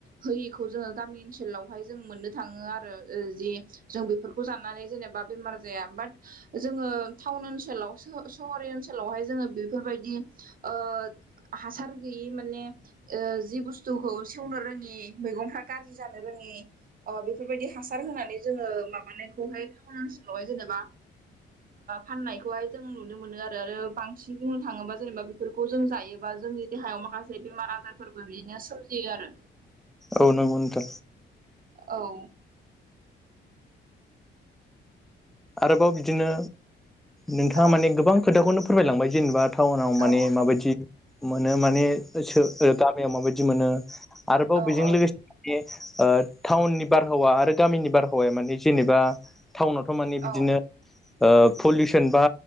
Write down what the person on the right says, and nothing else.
होयिखौ जोङो गामि ओनसोलावहाय जों मोननो थाङो आरो जि जों बेफोरखौ सनानै जेनेबा बेमार जाया बाट जोङो टाउन ओनसोलाव सहर ओनसोलावहाय जोङो बेफोरबायदि ओ हासार गैयि माने जि बुस्थुखौ सेवनो रोङि मैगंफ्रा गाज्रि जानो रोङि बेफोरबायदि हासार होनानै जोङो माबानायखौहाय जेनबा फाननायखौहाय जों नुनो मोनो आरो बांसिन बुंनो थाङोबा जेनेबा बेफोरखौ जों जायोबा जों जोंनि देहायाव माखासे बेमार आजारफोरबो बिदिनो सोमजियो आरो
औ
औ
औ
औ
औ
औ